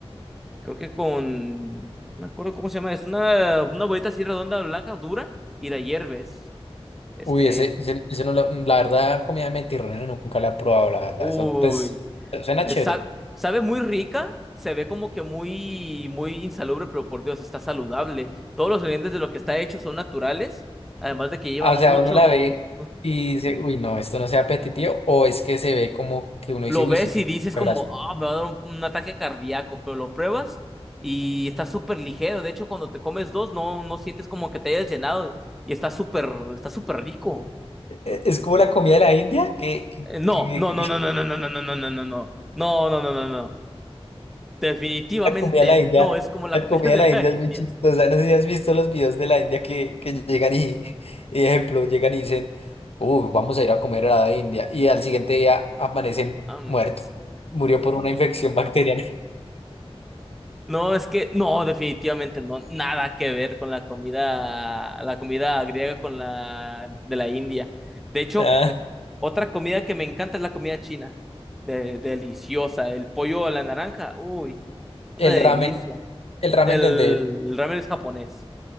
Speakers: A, in the centre; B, on the left.
A: creo que con, no me acuerdo cómo se llama, es una, una bolita así redonda, blanca, dura, y la hierves. Este,
B: Uy, ese, ese, ese no, lo- la verdad, comida mediterránea nunca la he probado, la verdad.
A: uy,
B: Eso, pues, suena
A: Eh,
B: chévere.
A: sa- sabe muy rica, se ve como que muy, muy insalubre, pero por Dios, está saludable. Todos los ingredientes de lo que está hecho son naturales, además de que lleva
B: Ah,
A: mucho...
B: O sea, uno la ve y dice, uy, no, esto no sea apetitivo, o es que se ve como que uno dice,
A: Lo
B: uy,
A: ves
B: esto tiene
A: y dices
B: mucha
A: como,
B: grasa.
A: ah, me va a dar un, un ataque cardíaco, pero lo pruebas y está súper ligero. De hecho, cuando te comes dos, no, no sientes como que te hayas llenado y está súper, está súper rico.
B: E- Es como la comida de la India, que, que-
A: Eh, No,
B: que- que-
A: no, no,
B: que
A: no, no, no, no, no, no, no, no, no, no, no, no, no, no, no. Definitivamente
B: <laughs> la comida de la India,
A: no es como la
B: la
A: comida
B: comida
A: <laughs> de
B: de la
A: la
B: India
A: India.
B: es muy chistosa. No sé si has visto los videos de la India que, que llegan y, <laughs> y, ejemplo, llegan y dicen, uy, vamos a ir a comer a la India, y al siguiente día amanecen
A: Am,
B: muerto murió por una infección bacteriana.
A: No, es que no, definitivamente no, nada que ver con la comida, la comida griega con la de la India. De hecho,
B: Ah,
A: otra comida que me encanta es la comida china. De- deliciosa, el pollo a la naranja, uy, una
B: el
A: delicia.
B: ramen, el ramen
A: El
B: de dónde es.
A: ramen es japonés.